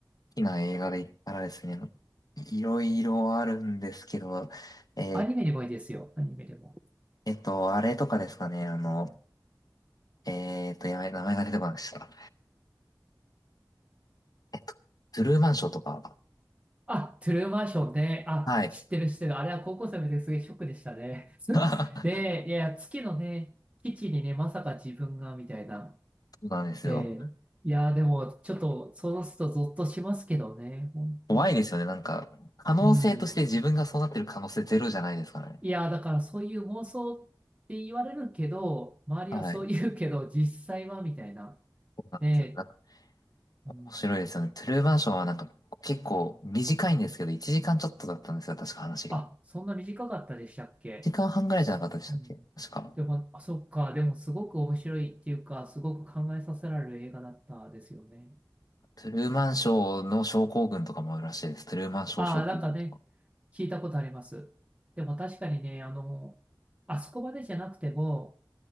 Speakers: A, on the left; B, on the right.
A: 好きな映画で言ったらですね、いろいろあるんですけど、えー
B: アニメでもいいですよ。アニメでも。
A: えっと、あれとかですかね、あの、えーっと、やばい、名前が出てこなくした。えっと、トゥルーマンショーとか。
B: あ、トゥルーマンションね。あ、
A: はい。
B: 知ってる知ってる。あれは高校生の時ですげえショックでしたね。<laughs>
A: <laughs> そ
B: で、いや、月のね、基地にね、まさか自分が、みたいな。
A: うなんですよ。
B: ええいや、でも、ちょっと、そうするとゾッとしますけどね、ほんと。
A: 怖いですよね、なんか、可能性として自分がそうなってる可能性ゼロじゃないですからね。
B: うん。いや、だからそういう妄想って言われるけど、周りはそう言うけど、
A: はい。
B: 実際は、みたいな。
A: そうなんですよ。
B: ね
A: なんか、
B: え、うん
A: 面白いですよね。トゥルーマンションはなんか、結構短いんですけど、1時間ちょっとだったんですよ、確か話が。
B: あ、そんな短かったでしたっけすうん。
A: 時間半ぐらいじゃなかったでしたっけ確か。
B: でも、あ、そっか。でも、すごく面白いっていうか、すごく考えさせられる映画だったですよね。
A: トゥルーマンショーの症候群とかもあるらしいです。トゥルーマンショー症候群とか。
B: ああ、なんかね、聞いたことあります。でも、確かにね、あの、あそこまでじゃなくても、